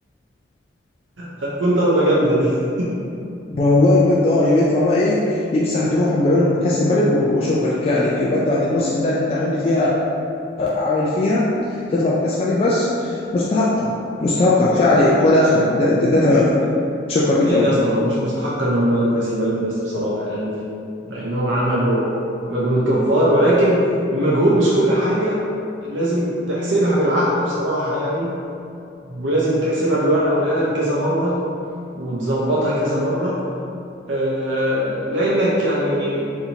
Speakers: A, on the right (about 85°); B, on the left (about 30°).
A: هتكون ضربة جامدة دي
B: والله بجد اه يطلع بقى ايه يمسح دموعهم بعيونهم بكاس الملك وشكرا كده عليك يبقى انت بعد الموسم ده اللي انت عامل لي فيها عامل فيها تطلع بكاس ملك بس مستحقه مستحقه كفايه عليك وده اخرك ده, ده, ده تمامك شكرا
A: ليه
B: ليك قوي
A: يا اسطى هو مش مستحق ان هم ياخدوا كأس الملك بس بصراحة يعني لانهم عملوا مجهود جبار ولكن المجهود مش كل حاجة لازم تحسبها بالعقل بصراحة يعني ولازم تحسبها بالورقة والقلم كذا مرة وتظبطها كذا مرة آه، لأنك يعني